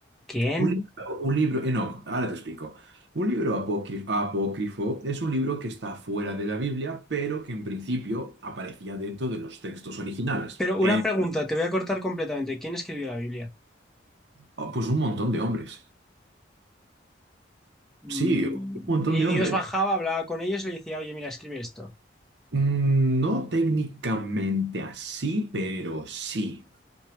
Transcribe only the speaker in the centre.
¿Quién?
Pero una
pregunta, te voy a cortar completamente. ¿Quién escribió la Biblia?
Mm,
y
Dios
bajaba, hablaba con ellos y le decía, oye, mira, escribe esto.